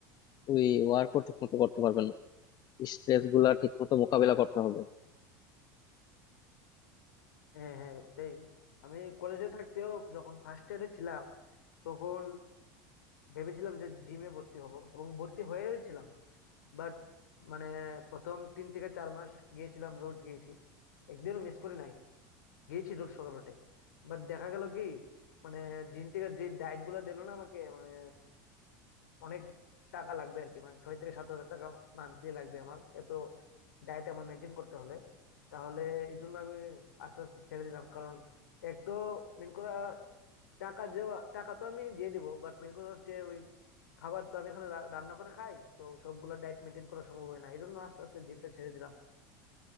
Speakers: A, on the left (about 45°); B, on the left (about 85°).
A: ওই ওয়ার্কও ঠিক মতো করতে পারবে না স্ট্রেস গুলা ঠিক মতো মোকাবিলা করতে হবে
B: হ্যাঁ হ্যাঁ তাই আমি কলেজে থাকতেও যখন ফার্স্ট ইয়ারে ছিলাম তখন ভেবেছিলাম যে জিমে ভর্তি হব এবং ভর্তি হয়েও ছিলাম বাট মানে প্রথম তিন থেকে চার মাস গিয়েছিলাম রোজ গিয়েছি একদিনও মিস করি নাই গিয়েছি রোজ সকাল উঠে বাট দেখা গেল কি মানে জিম থেকে যে ডায়েট গুলো দিলো না আমাকে মানে অনেক টাকা লাগবে আর কি মানে ছয় থেকে সাত হাজার টাকা মান্থলি লাগবে আমার এত ডায়েট আমার মেনটেন করতে হলে তাহলে এই জন্য আমি আস্তে আস্তে ছেড়ে দিলাম কারণ এক তো মেন করা টাকা দেওয়া টাকা তো আমি দিয়ে দিব বাট মেন কথা হচ্ছে ওই খাবার তো আমি এখানে রা- রান্না করে খাই তো সবগুলো ডায়েট মেনটেন করা সম্ভব হয় না এই জন্য আস্তে আস্তে জিমটা ছেড়ে দিলাম